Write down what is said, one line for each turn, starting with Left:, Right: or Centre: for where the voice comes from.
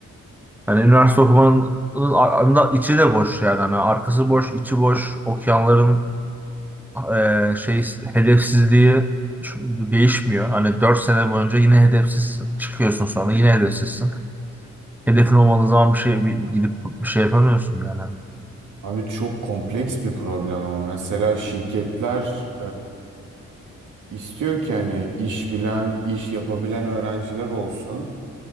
Centre: Hani üniversite okumanın ar- anda içi de boş yani. Hani arkası boş, içi boş. Okuyanların e, şey hedefsizliği şu- değişmiyor. Hani 4 sene boyunca yine hedefsizsin. Çıkıyorsun sonra yine hedefsizsin. Hedefin olmadığı zaman bir şey bir, gidip bir şey yapamıyorsun yani.
Right: Abi çok kompleks bir problem ama mesela şirketler e, istiyor ki hani iş bilen, iş yapabilen öğrenciler olsun.